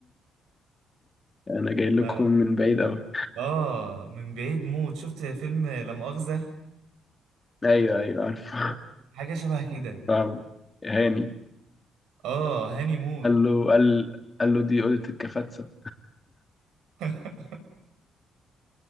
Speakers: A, on the left; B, on the right.
A: أنا جاي لكم
B: ف...
A: من بعيد أوي
B: اه من بعيد موت شفت فيلم لا مؤاخذة
A: ايوه ايوه عارف <laughs>
B: حاجة شبه كده
A: فاهم هاني
B: اه هاني موت
A: قال له قال قال له دي اوضه الكفاتسه
B: <laughs>